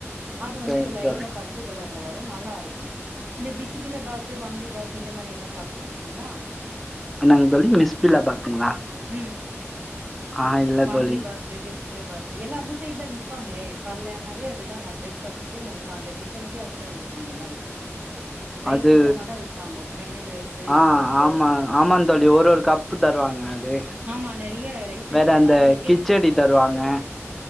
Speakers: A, on the right; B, in the centre.
A: அது வந்து
B: சேரிங்க
A: லைட்டா
B: தோழி
A: பச்ச கலர்ல வரு நல்லாருக்கு இந்த பிசுபிலாபாத்து வாங்கிபாத்து இந்த மாரி எல்லா சாப்ட்டுருக்கீங்களா
B: என்னங்க தோழி மிஸ்பில்லா பாத்துங்களா
A: ம்
B: ஆஹா இல்ல
A: வாங்கிபாத்
B: தோழி
A: து பிஸ்பில்லாபாத்து எல்லா அந்த சைட் தா விப்பாங்களே காலைல ஆனாவே அதுதா நா பிரேக் பாஸ்ட்க்கே காலைல டிஃப னுக்கே அதுதா விப்பாங்க எல்லா எடத்துலயு ரைஸ்
B: அது
A: ஐட்டமா தா விப்பாங்க லெமன் ரைஸ்ஸு
B: ஆ ஆமா ஆமாங் தோழி ஒரு ஒரு கப்பு தருவாங்க அது
A: ஆமா நெறைய ரைஸ்
B: வேற
A: ஐட்டந்
B: அந்த
A: தா அதுல கேட்டு
B: கிச்சடி
A: பாருங்கோ
B: தருவாங்க